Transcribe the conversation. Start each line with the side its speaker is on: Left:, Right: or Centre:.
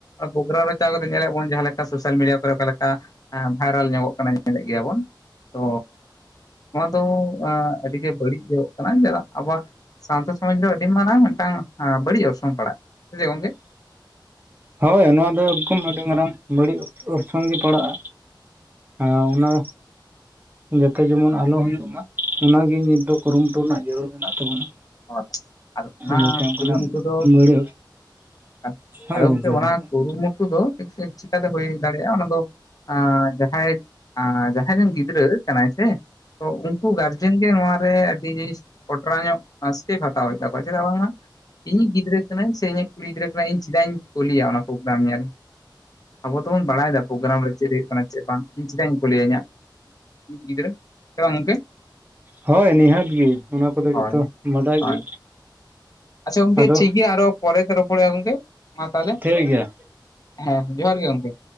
Left: ᱯᱨᱳᱜᱨᱟᱢ ᱨᱮ ᱪᱟᱣ ᱠᱟᱛᱮ ᱧᱮᱞᱮᱫ ᱵᱚᱱ ᱡᱟᱦᱟᱸ ᱞᱮᱠᱟ ᱥᱳᱥᱟᱞ ᱢᱤᱰᱤᱭᱟ ᱠᱚᱨᱮ ᱚᱠᱟ ᱞᱮᱠᱟ ᱮᱸ ᱵᱷᱟᱭᱨᱟᱞ ᱧᱚᱜᱚᱜ ᱠᱟᱱᱟ ᱧᱮᱞᱮᱫ ᱜᱮᱭᱟ ᱵᱚᱱ ᱛᱚᱻ ᱱᱚᱣᱟ ᱫᱚ ᱮᱸ ᱟᱹᱰᱤ ᱜᱮ ᱵᱟᱹᱲᱤᱡᱚᱜ ᱠᱟᱱᱟ ᱪᱮᱫᱟᱜ ᱟᱵᱚᱣᱟᱜ ᱥᱟᱶᱛᱟ ᱥᱚᱢᱟᱡᱽ ᱫᱚ ᱟᱹᱰᱤ ᱢᱟᱨᱟᱝ ᱢᱤᱫᱴᱟᱝ ᱟᱸ ᱵᱟᱹᱲᱤᱡ ᱚᱨᱥᱚᱝ ᱯᱟᱲᱟᱜ ᱥᱮ ᱪᱮᱫ ᱜᱚᱝᱠᱮ?
Right: ᱦᱳᱭ ᱱᱚᱣᱟ ᱫᱚ ᱮᱠᱫᱚᱢ ᱟᱹᱰᱤ ᱢᱟᱨᱟᱝ ᱵᱟᱹᱲᱤᱡ ᱚᱨᱥᱚᱝ ᱜᱮ ᱯᱟᱲᱟᱜᱼᱟ। ᱦᱮᱸ ᱚᱱᱟ ᱡᱟᱛᱮ ᱡᱮᱢᱚᱱ ᱟᱞᱚ ᱦᱩᱭᱩᱜ ᱢᱟ ᱚᱱᱟᱜᱮ ᱱᱤᱛ ᱫᱚ ᱠᱩᱨᱩᱢᱩᱴᱩ ᱨᱮᱱᱟᱜ ᱡᱟᱹᱨᱩᱲ ᱢᱮᱱᱟᱜ ᱛᱟᱵᱚᱱᱟ।
Left: ᱚ ᱟᱫᱚ ᱚᱱᱟ
Right: ᱡᱟᱛᱮ ᱚᱱᱠᱟᱱᱟᱜ
Left: ᱠᱩᱨᱩᱢᱩᱴᱩ ᱫᱚ
Right: ᱵᱟᱹᱲᱤᱡ
Left: ᱟᱫ
Right: ᱦᱳᱭ
Left: ᱟᱫᱚ
Right: ᱜᱚᱢᱠᱮ
Left: ᱜᱚᱝᱠᱮ ᱚᱱᱟ
Right: ᱨᱚᱲ ᱵᱮᱱ
Left: ᱠᱩᱨᱩᱢᱩᱴᱩ ᱫᱚ <unintelligible> ᱪᱤᱠᱟᱛᱮ ᱦᱩᱭ ᱫᱟᱲᱮᱭᱟᱜᱼᱟ ᱚᱱᱟ ᱫᱚ ᱟᱻ ᱡᱟᱦᱟᱸᱭ ᱟᱻ ᱡᱟᱦᱟᱸᱭ ᱨᱮᱱ ᱜᱤᱫᱽᱨᱟᱹ ᱠᱟᱱᱟᱭ ᱥᱮ ᱛᱚ ᱩᱱᱠᱩ ᱜᱟᱨᱡᱮᱱ ᱜᱮ ᱱᱚᱣᱟ ᱨᱮ ᱟᱹᱰᱤ ᱠᱚᱴᱨᱟ ᱧᱚᱜ ᱟᱥᱠᱮᱯ ᱦᱟᱛᱟᱣ ᱦᱩᱭᱩᱜ ᱛᱟᱠᱚᱣᱟ ᱪᱮᱫᱟᱜ ᱵᱟᱝ ᱢᱟ ᱤᱧᱤᱡ ᱜᱤᱫᱽᱨᱟᱹ ᱠᱟᱱᱟᱭ ᱥᱮ ᱤᱧᱤᱢ ᱠᱩᱲᱤ ᱜᱤᱫᱽᱨᱟᱹ ᱠᱟᱱᱟᱭ ᱤᱧ ᱪᱮᱫᱟᱜ ᱤᱧ ᱠᱳᱞᱤᱭᱟ ᱚᱱᱟ ᱯᱨᱳᱜᱨᱟᱢ ᱧᱮᱞ ᱟᱵᱚ ᱛᱚᱵᱚᱱ ᱵᱟᱲᱟᱭ ᱫᱟ ᱯᱨᱳᱜᱨᱟᱢ ᱨᱮ ᱪᱮᱫ ᱦᱩᱭᱩᱜ ᱠᱟᱱᱟ ᱪᱮᱫ ᱵᱟᱝ ᱤᱧ ᱪᱮᱫᱟᱜ ᱤᱧ ᱠᱳᱞᱮᱭᱟ ᱤᱧᱟᱜ ᱜᱤᱫᱽᱨᱟᱹ ᱦᱮᱸ ᱵᱟᱝ ᱜᱚᱝᱠᱮ?
Right: ᱦᱳᱭ ᱱᱤᱦᱟᱹᱛ ᱜᱮ ᱚᱱᱟ ᱠᱚᱫᱚ
Left: ᱦᱳᱭ
Right: ᱡᱷᱚᱛᱚ ᱵᱟᱰᱟᱭ
Left: ᱦᱳᱭ
Right: ᱜᱮ
Left: ᱟᱪᱪᱷᱟ ᱜᱚᱝᱠᱮ
Right: ᱟᱫᱚ
Left: ᱴᱷᱤᱠ ᱜᱮᱭᱟ ᱟᱨᱚ ᱯᱚᱨᱮ ᱛᱮ ᱨᱚᱯᱚᱲ ᱦᱩᱭᱩᱜ ᱜᱚᱝᱠᱮ ᱢᱟ ᱛᱟᱞᱦᱮ
Right: ᱴᱷᱤᱠ ᱜᱮᱭᱟ
Left: ᱦᱮᱸ ᱡᱚᱦᱟᱨ ᱜᱮ ᱜᱚᱝᱠᱮ।